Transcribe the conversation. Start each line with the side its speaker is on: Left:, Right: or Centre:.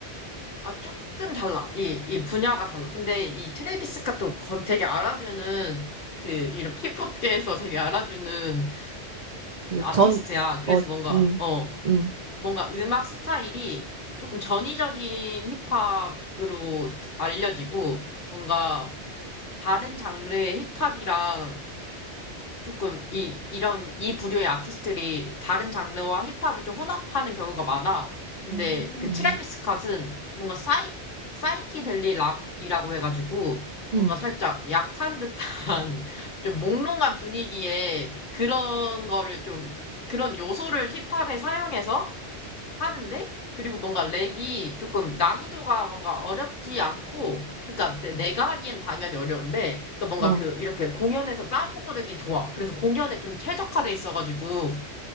Left: 아, 조금 달라. 이, 이 분야가 달라. 근데 이 트래비스 스캇도 거- 되게 알아주는, 그, 이런 힙합계에서 되게 알아주는
Right: 그
Left: 그 아티스트야.
Right: 전,
Left: 그래서
Right: 어,
Left: 뭔가,
Right: 응,
Left: 어,
Right: 응,
Left: 뭔가 음악 스타일이 조금 전위적인 힙합으로 알려지고, 뭔가 다른 장르의 힙합이랑 조금 이 이런 이 부류의 아티스트들이 다른 장르와 힙합을 좀 혼합하는 경우가 많아. 근데
Right: 응,
Left: 그 트래비스 스캇은 뭔가 사이 사이키델리 락이라고 해가지고 뭔가
Right: 응,
Left: 살짝 약한 듯한 <laughs> 좀 몽롱한 분위기에 그런 거를 좀 그런 요소를 힙합에 사용해서 하는데 그리고 뭔가 랩이 조금 난이도가 뭔가 어렵지 않고 그러니까 내- 내가 하기엔 당연히 어려운데 그러니까 뭔가
Right: 어,
Left: 그 이렇게 공연에서 따라 부르기 좋아. 그래서 공연에 좀 최적화돼 있어가지고